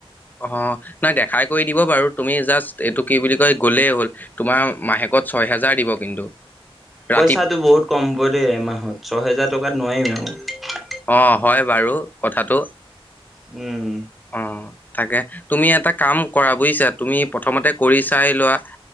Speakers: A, on the left; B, in the centre.
A: অ নাই দেখাই কৰি দিব বাৰু তুমি জাষ্ট এইটো কি বুলি কয় গ'লেই হ'ল তোমাৰ মাহেকত ছয় হেজাৰ দিব কিন্তু
B: পইচাটো
A: ৰাতি
B: বহুত কমব দেই এমাহত ছহেজাৰ টকাত নোৱাৰিম আৰু
A: অ হয় বাৰু কথাটো
B: উম
A: অ তাকে তুমি এটা কাম কৰা বুজিছা তুমি প্ৰথমতে কৰি চাই লোৱা